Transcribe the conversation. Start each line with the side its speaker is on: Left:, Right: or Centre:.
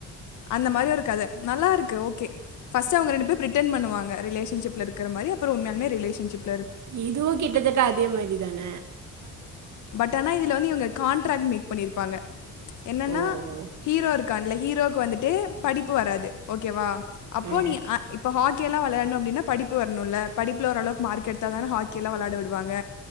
Left: அந்த மாதிரி ஒரு கத நல்லா இருக்கு ஓக்கே ஃபஸ்ட் அவங்க ரெண்டு பேரு <unintelligible> பண்ணுவாங்க ரிலேசன்ஷிப்ல இருக்கிற மாரி அப்றோ உண்மைய ரிலேசன்ஷிப்
Right: இதுவு கிட்டத்தட்ட அதே மாரி தான
Left: என இதுல வந்து இவங்க கான்ட்ராக்ட் மேக் பண்ணிருப்பாங்க என்னன்னா
Right: ஓ ஓ
Left: ஹீரோ இருக்கான் லை ஹீரோக்கு வந்துட் டே படிப்பு வராது ஓக்கேவா அப்போ
Right: ஆ
Left: நீ இப்ப ஹாக் இங்கெல்லா விளாயாடனும் அப்டின்னா படிப்பு வருனுல்ல படிப்புல ஒரு அளவுக்கு மார்க் எடுத்தா தானே ஹாக்கி எல்லா விளாயாட விடுவாங்க